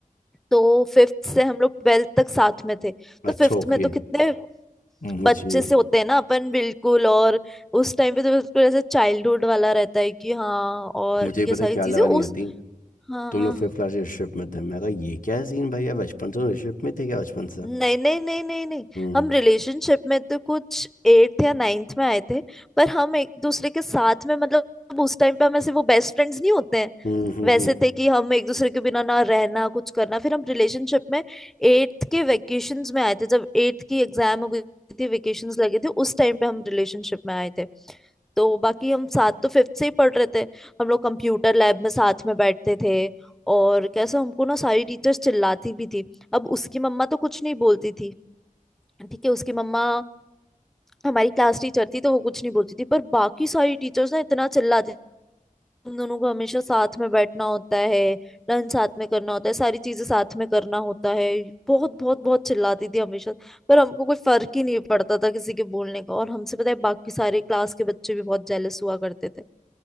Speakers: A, in the centre; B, on the left.
A: तो फिफ्थ से हम लोग ट्वेल्थ तक साथ में थे तो
B: अच्छा
A: फिफ्थ
B: ओके
A: में तो कितने
B: मुझे
A: बच्चे से होते हैं ना अपन बिल्कुल और उस टाइम पे तो बिल्कुल ऐसे चाइल्डहुड वाला रहता है कि हाँ और
B: मुझे
A: ये
B: पता
A: सारी
B: है क्या
A: चीजें
B: लगा
A: उस
B: नहीं आती
A: हाँ
B: तुम
A: हाँ।
B: लोग फिफ्थ क्लास रिलेशनशिप में थे मैं कहा ये क्या सीन भैया बचपन से रिलेशनशिप में थे क्या बचपन से
A: नहीं नहीं नहीं नहीं नहीं
B: हम्म
A: हम रिलेशनशिप में तो कुछ एट्थ या नाइन्थ में आए थे पर हम एक दूसरे के साथ में मतलब उस टाइम पे हम ऐसे वो बेस्ट फ्रेंड्स नहीं होते हैं
B: हम्म हम्म
A: वैसे
B: हम्म।
A: थे कि हम एक दूसरे के बिना ना रहना कुछ करना फिर हम रिलेशनशिप में एट्थ के वेकेशंस में आए थे जब एट्थ की एग्जाम हो गई थी वेकेशंस लगे थे उस टाइम पे हम रिलेशनशिप में आए थे तो बाकी हम साथ तो फिफ्थ से ही पढ़ रहे थे हम लोग कंप्यूटर लैब में साथ में बैठते थे और कैसे हमको ना सारी टीचर्स चिल्लाती भी थी अब उसकी मम्मा तो कुछ नहीं बोलती थी ठीक है उसकी मम्मा हमारी क्लास टीचर थी तो वो कुछ नहीं बोलती थी पर बाकी सारी टीचर्स ना इतना चिल्लाती थी तुम दोनों को हमेशा साथ में बैठना होता है लंच साथ में करना होता है सारी चीजें साथ में करना होता है बहुत बहुत बहुत चिल्लाती थी हमेशा पर हमको कोई फर्क ही नहीं पड़ता था किसी के बोलने का और हमसे पता है बाकी सारे क्लास के बच्चे भी बहुत जेलस हुआ करते थे